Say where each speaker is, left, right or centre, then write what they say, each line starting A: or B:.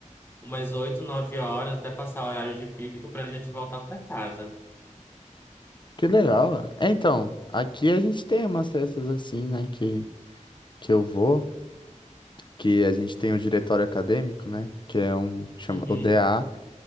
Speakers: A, on the left; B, on the left.
A: umas 8 9 horas, até passar o horário de pico pra gente voltar para casa.
B: Que legal. ó. É, então, aqui a gente tem umas festas assim, né? Que, que eu vou, que a gente tem o diretório acadêmico, né? Que é um, chama
A: Uhum,
B: o DA.